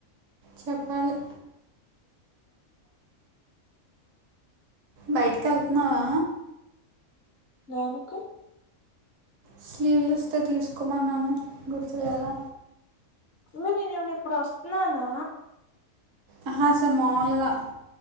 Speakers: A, on the right; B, on the left.
A: చెప్పాలి బయటకి వెళ్తున్నావా.
B: దేనికి.
A: స్లీవ్ లెస్ దే తీసుకోమన్నాను గుర్తు లేదా
B: మే నేనేమన్నా ఇప్పుడు వస్తాననా.
A: ఆహా ఆసలు మాముూలుగా